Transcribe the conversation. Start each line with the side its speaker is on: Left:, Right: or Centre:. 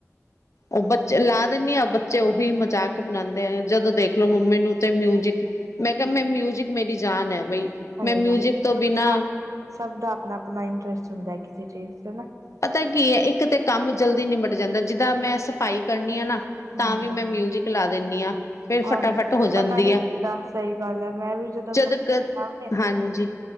Left: ਉਹ ਬੱਚੇ ਲਾ ਦਿੰਦੀ ਆ। ਬੱਚੇ ਉਹੀ ਮਜ਼ਾਕ ਬਣਾਉਂਦੇ ਐ। ਜਦੋਂ ਦੇਖਲੋ ਮੰਮੀ ਨੂੰ ਤੇ ਮਿਊਜਿਕ ਮੈਂ ਕਿਹਾ। ਮੈਂ ਮਿਊਜਿਕ ਮੇਰੀ ਜਾਨ ਹੈ ਬਈ।
Right: ਸਹੀ
Left: ਮੈਂ ਮਿਊਜਿਕ
Right: ਗੱਲ ਹੈ।
Left: ਤੋਂ ਬਿਨਾਂ
Right: ਸਭ ਦਾ ਸਭ ਦਾ ਆਪਣਾ -ਆਪਣਾ ਇੰਟਰਸਟ ਹੁੰਦਾ ਕਿਸੇ ਚੀਜ਼ ਚ ਹਨਾ
Left: ਪਤਾ ਕੀ ਏ। ਇੱਕ ਤਾਂ ਕੰਮ ਜਲਦੀ ਨਿਬਟ ਜਾਂਦਾ। ਜਿੱਦਾਂ ਮੈਂ ਸਫ਼ਾਈ ਕਰਨੀ ਆ ਨਾ ਤਾਂ
Right: ਹਾਂਜੀ
Left: ਵੀ ਮੈਂ ਮਿਊਜਿਕ ਲਾ ਦਿੰਦੀ ਹਾਂ ਫਿਰ ਫਟਾਫਟ
Right: ਆਹੋ।
Left: ਹੋ ਜਾਂਦੀ
Right: ਪਤਾ ਨੀ।
Left: ਆ
Right: ਕਿੱਦਾਂ ਸਹੀ ਗੱਲ ਮੈਂ ਵੀ <unintelligible>
Left: ਜਦ
Right: ਫ
Left: ਕ ਹਾਂਜੀ